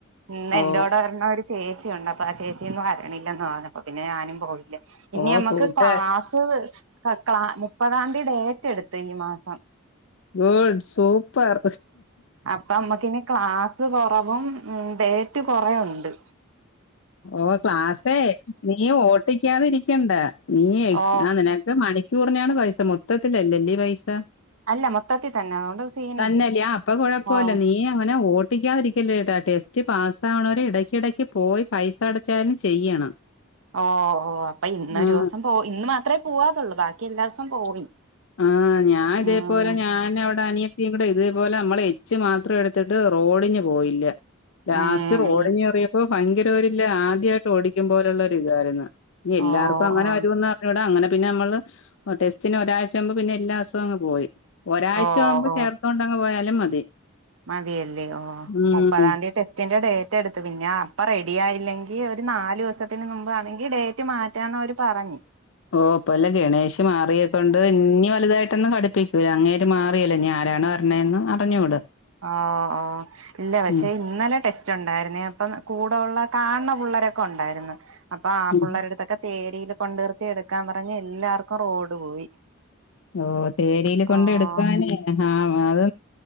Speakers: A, on the right; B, on the left.
A: ഇന്ന്
B: ഓ
A: എൻറോടെ പർണാല് ചേച്ചി ഉണ്ടപ്പൊ ആ ചേച്ചിയന്ന് വരണില്ലന്ന് പറഞ്ഞപ്പോ പിന്നെ ഞാനും പോകില്ലേ ഇന്നിയമ്മക്ക്
B: ഓ കൂട്ടുകാർ
A: ക്ലാ ത്ത് ക ക്ല മുപ്പതാംതീ ഡേറ്റ് എട്ത്തു ഈ മാസം
B: ഗൂഡ് സൂപ്പർ
A: അപ്പമ്മക്കിനി ക്ലാസ് കൊറവും ഉ ഡേറ്റ് കൊറയുണ്ട്
B: ഓ ക്ലാസ്സേ നീ ഓട്ടിക്കാതി ഇരിക്കണ്ട നീ എക്സാ
A: ഓ
B: നിനക് ത് മണിക്കൂറിനെയാണ് പൈസ മൊത്തത്തിലല്ലന്റെ പൈസ
A: അല്ല മൊത്തത്തി തന്നെ അതുകൊണ്ട് സീനില്ല
B: തന്നല്ല ആപ്പ കൊഴപ്പുല്ല
A: ഓ
B: നീ അങ്ങനെ ഓ പിക്കാതിരിക്കലേട്ടാ ടെസ്റ്റ് പാസ്സ വണവരെ ഇടക്കിടയ്ക്ക് പോയി പൈസ അടച്ചാലും ചെയ്യണം
A: ഓ ഓ അപ്പൊ ഇന്നൊരുസം
B: ആ
A: പോ ഇന്ന് മാത്രമേ പോവാതുള്ളൂ ബാക്കി എല്ലാ സം പോയി
B: ആഹ് ഞാൻ ഇതേപോലെ
A: ഉം
B: ഞാൻവ്ടെ അനിയ ത്തിയുങ്കൂടെ തേപോലെ നമ്മള എച്ചു മാത്രം എടുത്തിട്ട് റോഡിന് പോയില്ല ലാസ്റ്റ്
A: ഉം ഉം
B: ഓടിഞ് എറിയപ്പോ ഭയങ്കരവരില്ല ആദ്യായിട്ട് ഓടിക്യും പോലെളെളാരി താര്ന്നു ഞ്യ എല്ലാർക്കും
A: ഓ
B: അങ്ങനെ
A: ഓ
B: വരൂന്ന് അർഞ്ഞൂടാ അങ്ങനെ പിന്നെ നമ്മള് ഓ ടെസ്റ്റിന് ഒരാഴ്മ്പോമ്പ പിന്നെ എല്ലാസും അങ് പോയി ഒരാ്ച
A: ഓ
B: ആവുമ്പോ
A: ഓ
B: ചേർത്തോണ്ടങ് പോയാലും മതി
A: മതിയല്ലേ ഓ
B: ഉം
A: മുപ്പതാം തീയതി ടെസ്റ്റിന്റെ ടേ എടുത്ത് പിന്നെ അപ്പൊ റെഡി ആയില്ലെങ്കി ഒരു നാല് ദിവസത്തിന് മുമ്പ് ആണെങ്കി ഡേറ്റ് മാറ്റ്. റ്റാനവര് പറഞ്
B: ഓ പ്പൊ എല്ലാം ഗെണേഷ് മാറിയതോണ്ട് ഇഞി വലുതായിട്ടൊന്ന് കഘിപ്പി ട്ടൂല അങ്ങേര് മാറിയല്ലേ ഞ്യാരാ ആരാണ് പറഞ്ഞെന്ന് അറിഞ്ഞൂട
A: ഓ ഓ ഇല്ല പക്ഷെ
B: ഉം
A: ഇന്നലെ ടെസ് ട്ടുണ്ടായിരുന്നേ അപ്പം കൂടെ ഉള്ള കാണുന്ന പിള്ളരൊക്കെ ഉണ്ടായിരുന്നു. അപ്പൊ ആ
B: ഉം
A: പിള്ളേരെടുത്തൊക്കെ തേരില് കൊണ്ട് നിർത്തി എടുക്കാൻ പറഞ്ഞ് എല്ലാർക്കും റോഡ് പോയി.
B: ഓ തേരിൽ കൊണ്ട്
A: ഓഹ്
B: എടുക്കാനേ. ഹ അത്